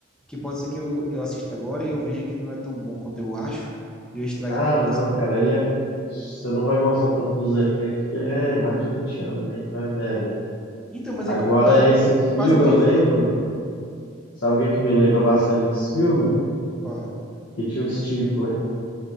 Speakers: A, in the centre; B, on the left.
A: Que pode ser que eu, eu assista agora e eu veja que ele não é tão bom quanto eu acho e eu estrague
B: Ah,
A: a lembrança
B: não,
A: dele.
B: cara, ele é. Você não vai gostar tanto dos efeitos, que ele é mais de 20 anos, né? Então é velho.
A: Então, mas
B: Agora,
A: é qu- quase,
B: esse filme
A: quase não
B: eu
A: tem
B: lembro.
A: efeito, pô.
B: Sabe o que é que me lembra bastante desse filme?
A: Pô.
B: Que tinha o Stifler.